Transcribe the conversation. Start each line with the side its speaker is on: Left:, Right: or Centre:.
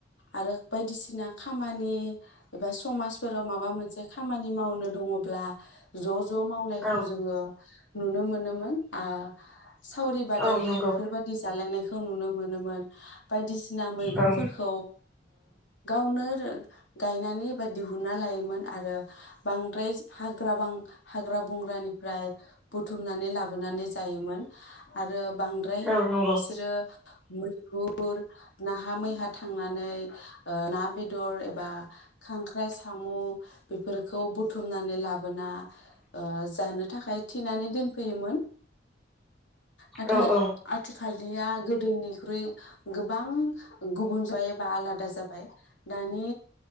Left: आरो बायदिसिना खामानि एबा समफोराव माबा मोनसे खामानि मावनो दङब्ला ज' ज' मावनायखौ
Centre: औ
Left: जोङो नुनो मोनोमोन आ सावरि बादालि
Centre: औ नंगौ
Left: बेफोरबायदि जालायनायखौ नुनो मोनोमोन बायदिसिना मैगंफोरखौ
Centre: औ
Left: गावनो ओ गायनानै एबा दिहुन ना लायोमोन आरो बांद्राय हाग्रा बां हाग्रा बंग्रानिफ्राय बुथुमनानै लाबोनानै जायोमोन आरो बांद्राय
Centre: औ नंगौ
Left: बिसोरो मैहुर नाहा मैहा थांनानै ओ ना बेदर एबा खांख्राइ सामु बेफोर बेफोरखौ बुथुमनानै लाबोना जानो थाखाय थिनानै दोनफैयोमोन नाथाय
Centre: औ औ
Left: आथिखाल निया गोदोनि ख्रुइ गोबां गुबुन जायो बा आलादा जाबाय दानि